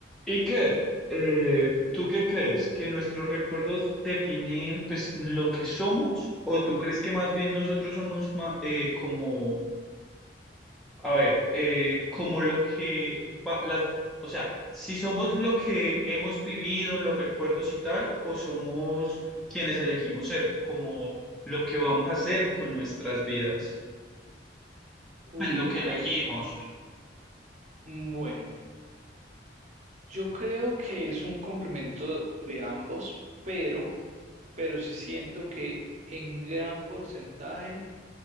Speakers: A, in the centre; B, on the right.
A: Iker, eh, ¿tú qué crees? ¿Que nuestros recuerdos definen pues lo que somos? ¿O tú crees que más bien nosotros somos ma- eh, como, a ver, eh, como lo que va- las, o sea, si somos lo que hemos vivido, los recuerdos y tal, o somos quienes elegimos ser, como lo que vamos a hacer con nuestras vidas?
B: Uy,
A: Pues lo que
B: a
A: elegimos.
B: ver. mm, Bueno, yo creo que es un complemento de ambos, pero, pero sí siento que en gran porcentaje